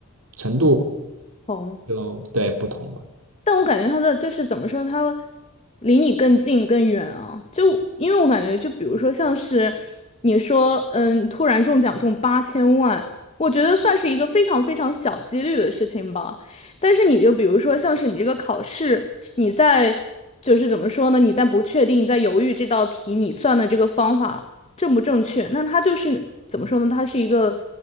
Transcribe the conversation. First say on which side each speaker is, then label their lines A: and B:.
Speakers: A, on the right; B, on the left.
A: 程度
B: 同。
A: 就对不同吧。
B: 但我感觉他的就是怎么说，他离你更近更远啊。就因为我感觉，就比如说像是你说，嗯，突然中奖中八千万，我觉得算是一个非常非常小几率的事情吧。但是你就比如说像是你这个考试，你在就是怎么说呢？你在不确定，在犹豫这道题你算的这个方法正不正确，那它就是怎么说呢？它是一个